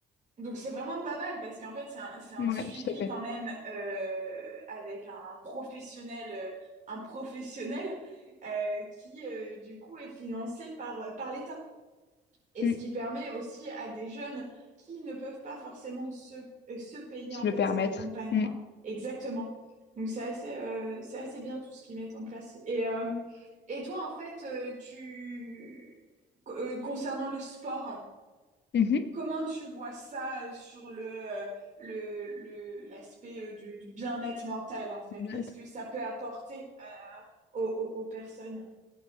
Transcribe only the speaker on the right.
donc c'est vraiment pas mal parce qu'en fait, c'est un, c'est un
suivi
quand même euh, avec un professionnel, euh, un professionnel euh, qui, euh, du coup, est financé par, par l'État. Et
ce qui permet aussi à des jeunes qui ne peuvent pas forcément se, euh, se payer
en fait
cet accompagnement.
Exactement. Donc c'est assez, euh, c'est assez bien tout ce qu'ils mettent en place. Et, euh, et toi, en fait, euh, tu euh, concernant le sport,
comment tu vois ça euh, sur le, euh, le, le- l'aspect euh, du, du bien-être mental, en fait?
Qu'est-ce que ça peut apporter euh, aux, aux- aux personnes?